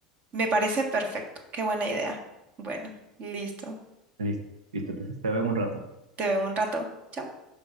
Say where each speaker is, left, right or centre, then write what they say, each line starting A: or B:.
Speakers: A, on the right; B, on the right.
A: me parece perfecto. Qué buena idea. Bueno, listo.
B: Listo, listo, entonces te veo en un rato.
A: Te veo en un rato. Chao.